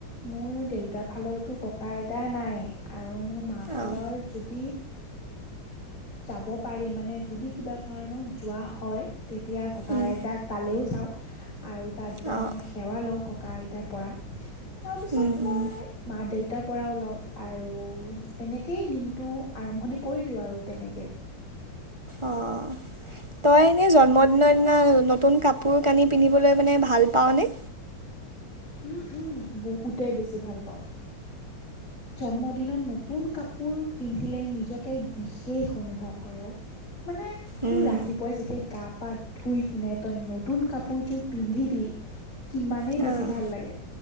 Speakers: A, on the left (about 70°); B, on the right (about 15°).
A: মোৰ দেউতাৰ ফালৰৰতো ককা আইতা নাই আৰু মোৰ মাৰ ফালৰ
B: অঁ
A: যদি যাব পাৰি মানে যদি কিবা কাৰণত যোৱা হয়। তেতিয়া ককা
B: উম।
A: আইতাত তালৈও যাওঁ। আৰু তাত যাই
B: অ'
A: মই সেৱা লও ককাইত তেতিয়াৰ পৰা তাৰপিছত
B: উম,
A: মই
B: উম,
A: মা-দেউতাৰ পৰাও লও আৰু তেনেকেই দিনটো আৰম্ভণি কৰি দিও আৰু তেনেকে
B: অ' তই এনে জন্মদিনৰ দিনা নতুন কাপোৰ-কানি পিন্ধিবলৈ মানে ভাল পাওনে?
A: উম-উম বহুতেই বেছি ভাল পাও। জন্মদিনত নতুন কাপোৰ পিন্ধিলেই নিজকে বিশেষ অনুভৱ হয়। মানে
B: উম,
A: তো ৰাতিপুৱাই যেতিয়া গা-পা ধুই কিনে তই নতুন কাপোৰ যোৰ পিন্ধিবি কিমানেই
B: অ',
A: বেছি ভাল লাগে,